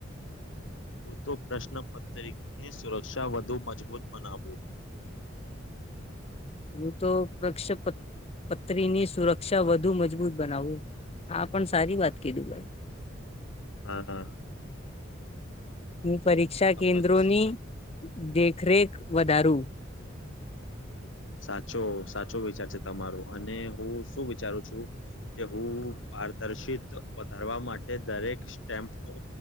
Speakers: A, on the left (about 80°); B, on the left (about 30°).
A: હ તો પ્રશ્ન પત્ર. તરીની સુરક્ષા વધુ મજબૂત બનાવવું.
B: હું તો પક્ષ પત્રીની સુરક્ષા વધુ મજબૂત બનાવું આ પણ સારી વાત કીધું ભાઈ.
A: હા હા <unintelligible>
B: હું પરીક્ષા
A: અપચ
B: કેન્દ્રોની. દેખરેખ વધારું.
A: સાચો સાચો વિચાર છે તમારો અને હું શું વિચારું છું. તે હું પારદર્શિ વધારવા માટે દરેક સ્ટેમ્પનું